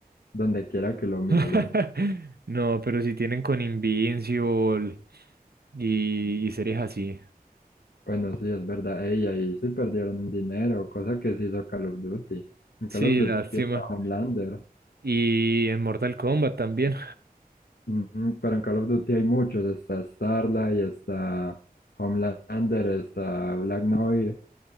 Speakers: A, on the left; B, on the right.
A: donde quiera que lo mire.
B: <laughs> No, pero si tienen con Invincible y, y series así.
A: Bueno, sí, es verdad. Ey, ahí sí perdieron un dinero, cosa que sí hizo Call of Duty. En Call
B: Sí,
A: of Duty
B: lástima.
A: está Homelander.
B: Y en Mortal Kombat también.
A: Ujú, Pero en Call of Duty hay muchos. Está Starlight, está Homelander, está Black Noir,